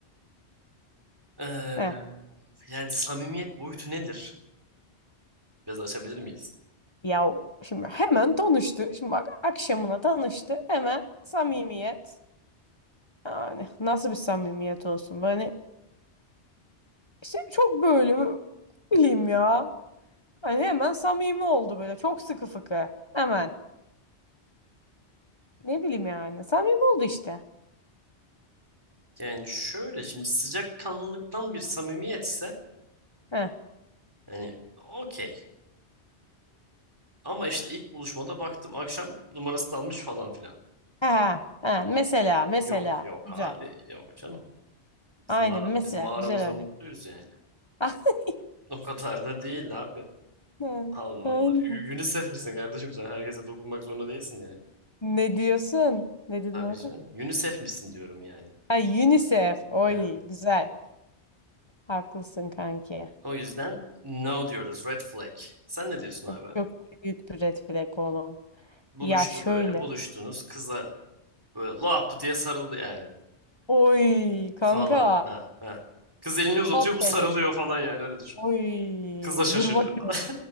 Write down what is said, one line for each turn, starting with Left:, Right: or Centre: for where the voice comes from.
Right: Eee,
Left: Heh.
Right: yani samimiyet boyutu nedir? Biraz açabilir miyiz?
Left: Ya o- şimdi hemen tanıştı. Şimdi bak akşamına tanıştı. Hemen samimiyet. Yani nasıl bir samimiyet olsun? Böyle İşte çok böyle ne bileyim ya. Hani hemen samimi oldu böyle. Çok sıkı fıkı. Hemen. Ne bileyim yani. Samimi oldu işte.
Right: Yani şöyle şimdi sıcakkanlılıktan bir samimiyetse
Left: Heh.
Right: hani okey. Ama işte ilk buluşmada baktım akşam numarasını almış falan filan.
Left: Ha. Ha. Mesela. Mesela.
Right: Yok yok
Left: Güzel.
Right: abi yok canım.
Left: Aynen.
Right: Biz mağara,
Left: Mesela.
Right: biz mağaramızda
Left: Güzel örnek.
Right: mutluyuz yani.
Left: <laughs>
Right: O kadar da değil abi.
Left: Aynen.
Right: Allah
Left: Aynen.
Right: Allah. Ü- UNICEF misin kardeşim sen? Herkese dokunmak zorunda değilsin yani.
Left: Ne diyorsun? Ne dedin
Right: Tabii
Left: orada?
Right: canım. UNICEF misin diyorum yani.
Left: Ha, UNICEF. Oy.
Right: Heh.
Left: Güzel. Haklısın kanki.
Right: O yüzden no diyoruz. Red flag. Sen ne diyorsun abi?
Left: Çok, çok büyük bir red flag oğlum.
Right: Buluştu
Left: Ya şöyle.
Right: böyle. Buluştunuz. Kıza böyle lap diye sarıldı yani.
Left: Oy
Right: Falan.
Left: kanka.
Right: Ha, ha. Kız elini uzatıyor.
Left: Hop
Right: Bu
Left: dedik.
Right: sarılıyor falan yani. Öyle düşün.
Left: Oy.
Right: Kız da şaşırıyor
Left: Dur bakayım.
Right: falan.